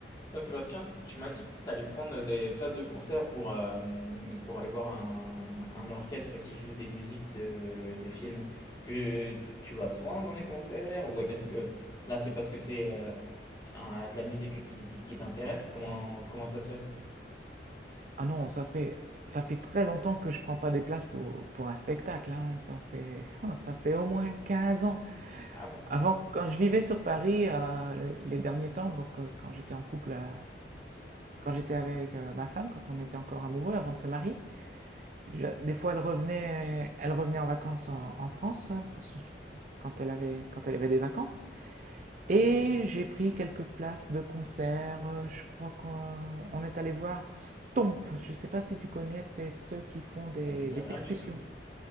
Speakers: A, on the left; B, on the right.
A: Tiens, Sébastien, tu m'as dit que tu allais prendre des places de concert pour, euh, pour aller voir un, un orchestre qui joue des musiques de, de films. Est-ce que tu vas souvent dans des concerts ou est-ce que là, c'est parce que c'est euh, un- de la musique qui, qui t'intéresse? Comment, comment ça se fait?
B: Ah non, ça fait, ça fait très longtemps que je prends pas des places pour, pour un spectacle, hein. Ça fait, <laughs> ça fait au moins 15 ans.
A: Ah ouais,
B: Avant, quand je vivais sur Paris, euh, les derniers temps, donc euh, quand j'étais en couple, euh, quand j'étais avec euh, ma femme, quand on était encore amoureux avant de se marier, je- des fois elle revenait, elle revenait en vacances en, en France hein, pour son- quand elle avait, quand elle avait des vacances. Et j'ai pris quelques places de concert. euh, Je crois qu'on est allé voir Stomp. Je ne sais pas si tu connais, c'est ceux qui font des,
A: ça me dit
B: des
A: rien
B: percussions.
A: du tout.